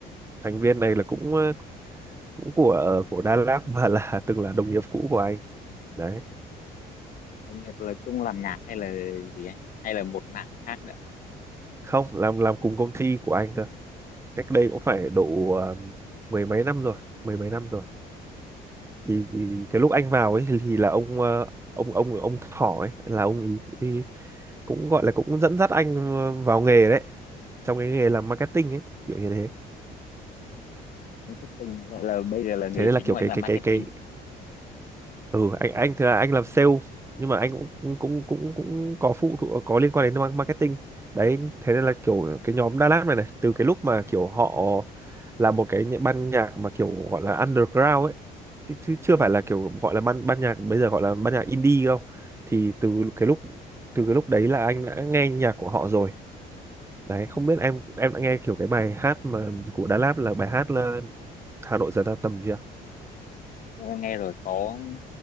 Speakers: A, on the right; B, on the left.
A: thành viên này là cũng ờ, cũng của ờ, của Đà Lạt và là <laughs> từng là đồng nghiệp cũ của anh đấy
B: Anh Hiệp là chung làm nhạc hay là gì anh? Hay là một mảng khác nữa?
A: không làm làm cùng công ty của anh cơ cách đây cũng phải độ ờ, mười mấy năm rồi mười mấy năm rồi thì, thì cái
B: ừ,
A: lúc anh vào ấy thì là ông ờ, ông ông ông Thỏ ấy là ông ý, ý cũng gọi là cũng dẫn dắt anh ờ, vào nghề đấy trong cái nghề làm
B: ừ.
A: marketing ấy kiểu như thế
B: Marketing. Vậy là bây giờ là nghề
A: thế nên
B: chính
A: là kiểu
B: của anh
A: cái
B: là
A: cái
B: marketing.
A: cái cái ừ anh anh thì là anh làm sale nhưng mà anh cũng cũng cũng cũng, có phụ thuộc có liên quan đến ma- marketing đấy thế nên là kiểu cái nhóm Đà Lạt này này từ cái lúc mà kiểu họ là một cái nh- ban nhạc mà kiểu gọi là underground ấy chứ, chứ chưa
B: Ừ.
A: phải là kiểu gọi là ban ban nhạc bây giờ gọi là ban nhạc indie đâu thì từ cái lúc từ cái lúc đấy là anh đã nghe nhạc của họ rồi đấy
B: Ừ.
A: không biết em em đã nghe kiểu cái bài hát mà của Đà Lạt là bài hát là Hà Nội giờ ta tầm chưa
B: em nghe rồi có